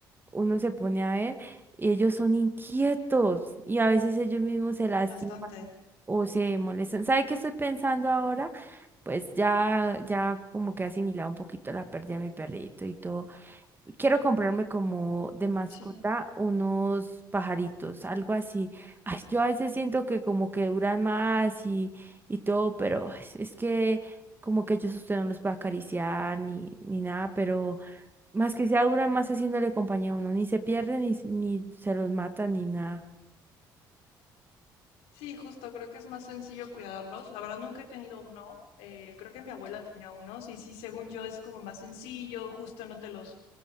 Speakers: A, on the right; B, on the left.
A: uno se pone a ver y ellos son inquietos y a veces ellos mismos se lastiman
B: Bastante,
A: o se molestan. ¿Sabe qué estoy pensando ahora? Pues ya, ya como que he asimilado un poquito la pérdida de mi perrito y todo. Quiero comprarme como de mascota
B: sí.
A: unos pajaritos, algo así. Ay, yo a veces siento que como que duran más y, y todo, pero es, es que como que yo usted no los puede acariciar ni, ni nada, pero más que sea duran más haciéndole compañía a uno, ni se pierden, ni, s- ni se los matan, ni nada.
B: Sí, justo, creo que es más sencillo cuidarlos. La verdad nunca he tenido uno. eh, creo que mi abuela tenía unos y sí, según yo es como más sencillo, justo no te los